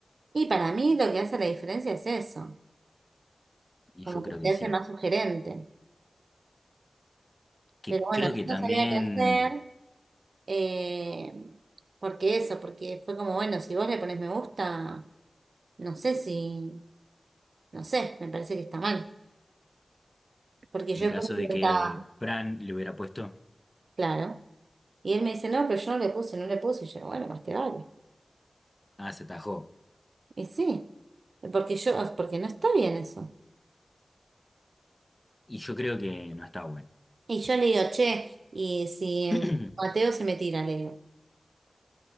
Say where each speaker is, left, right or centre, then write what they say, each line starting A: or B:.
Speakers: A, on the right; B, on the left.
A: Y para mí lo que hace la diferencia es eso,
B: Y
A: como
B: yo creo
A: que te
B: que sí.
A: hace más sugerente.
B: Que
A: Pero bueno,
B: creo
A: yo
B: que
A: no
B: también
A: sabía qué hacer, eh, porque eso, porque fue como, bueno, si vos le pones me gusta, no sé si, no sé, me parece que está mal. Porque
B: en
A: yo después
B: caso
A: le
B: de
A: preguntaba,
B: que Fran le hubiera puesto,
A: claro. Y él me dice, no, pero yo no le puse, no le puse. Y yo, bueno, más te vale.
B: ah, se atajó.
A: Y sí, porque yo, porque no está bien eso.
B: Y yo creo que no está bueno.
A: Y yo le digo, che, y si
B: <clears throat>
A: Mateo se me tira, le digo.